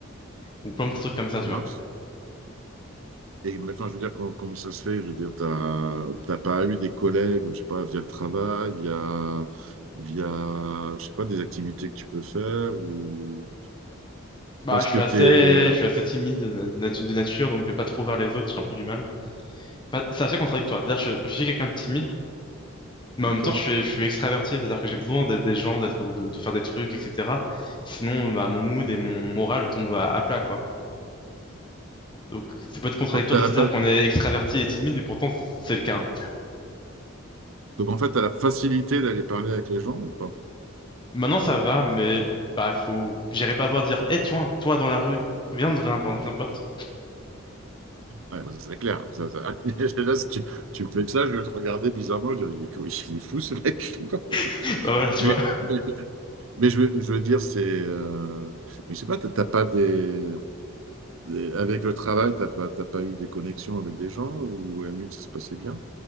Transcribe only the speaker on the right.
Ah,
mince.
Et mais enfin je veux dire, com- comment, ça se fait? Je veux dire, t'as, t'as pas eu des collègues, je sais pas, via le travail, via, via, je sais pas, des activités que tu peux faire ou
parce
que
t'es,
d'accord?
Donc, t'as
la
fa-
Donc, en fait, t'as la facilité d'aller parler avec les gens ou pas?
Ouais, bah, ça, c'est clair. Ça, ça- <laughs> Là, si tu, tu me fais ça, je vais te regarder bizarrement, je dirais, il est, cou- il est fou ce mec. quoi.
Mais,
mais, mais je veux, je veux dire, c'est, euh, mais je sais pas, t'as t'as pas des Et avec le travail, t'as pas, t'as pas eu des connexions avec des gens ou à la limite, ça se passait bien?